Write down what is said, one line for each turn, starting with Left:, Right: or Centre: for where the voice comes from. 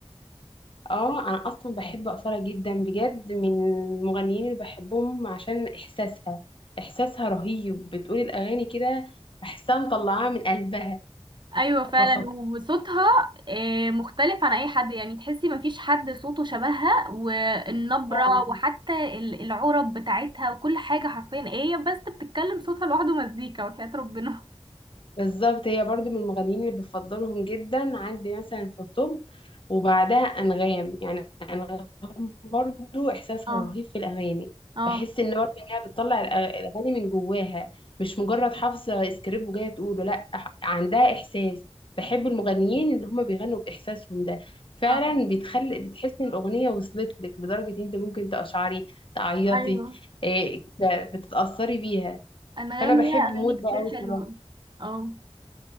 Left: اه انا اصلا بحب اصالة جدا بجد من المغنيين اللي بحبهم عشان احساسها احساسها رهيب بتقولي الاغاني كده بحسها مطلعاها من قلبها
Right: أيوة فعلا
Left: فخطيرة
Right: وصوتها آه، مختلف عن أي حد يعني تحسي مفيش حد صوته شبهها والنبرة
Left: فعلا
Right: وحتى ال- العرب بتاعتها وكل حاجة حرفيا إيه هي بس بتتكلم صوتها لوحده مزيكا وحياة ربنا
Left: بالظبط هي برضو من المغنيين اللي بفضلهم جدا عندي مثلا في الطب وبعدها أنغام يعني أنغام برضو إحساسها
Right: اه
Left: رهيب في الأغاني
Right: اه
Left: بحس إن برضو إنها بتطلع الأغ- الأغاني من جواها مش مجرد حافظة سكريبت وجاية تقوله لأ ح- عندها إحساس بحب المغنيين اللي هما بيغنوا بإحساسهم ده فعلا
Right: اه
Left: بتخلي بتحس إن الأغنية وصلت لك لدرجة إن أنت ممكن تقشعري تعيطي
Right: ايوه
Left: إيه، كده بتتأثري بيها
Right: انغام
Left: فأنا بحب
Right: ليها
Left: مود
Right: اغاني كتير
Left: ده أوي
Right: حلوه
Left: صراحة.
Right: اه